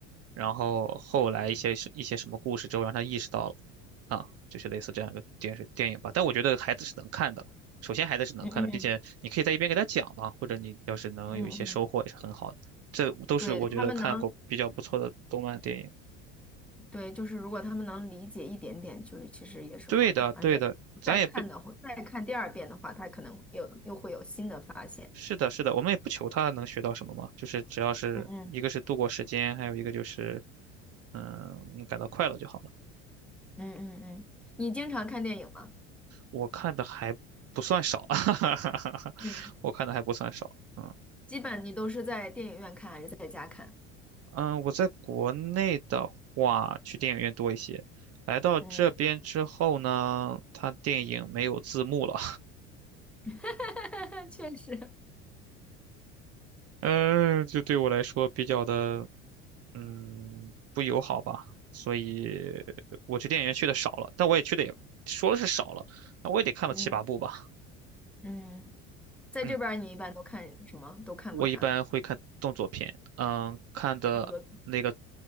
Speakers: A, on the right; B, in the centre.
A: 然后后来一些一些什么故事之后，让他意识到了，啊，就是类似这样一个电视电影吧。但我觉得孩子是能看的，首先孩子是能看的，
B: 嗯嗯
A: 并且你可以在一边给他讲嘛，或者你要是能有一些收获也是很好的。
B: 嗯嗯嗯，
A: 这都是我觉得看过比较不错的动漫电影。
B: 对他们能对，就是如果他们能理解一点点，就是其实也是好的，
A: 对的，
B: 而且再看的话，
A: 对的，咱也不是
B: 再看第二遍的话，他可能又又会有新的发现。
A: 是的，是的，我们也不求他能学到什么嘛，就是只要是一个是度过时间，
B: 嗯嗯
A: 还有一个就是嗯感到快乐就好。了。
B: 嗯嗯嗯，你经常看电影吗？
A: 我看的还不算少，<laughs>
B: 嗯，
A: 我看的还不算少。嗯
B: 基本你都是在电影院看还是在家看？
A: 嗯，我在国内的话，去电影院多一些。来到这边之后呢，
B: 嗯，
A: 它电影没有字幕了，
B: <laughs> 确实，
A: <laughs> 嗯，就对我来说比较的，嗯，不友好吧。所以我去电影院去的少了，但我也去的也说的是少了，那我也得看到七八部吧。
B: 嗯嗯，在这边儿你一般都看什么？
A: 嗯。
B: 都看过啥？
A: 我一般会看动作片，嗯，看的那个
B: 那个，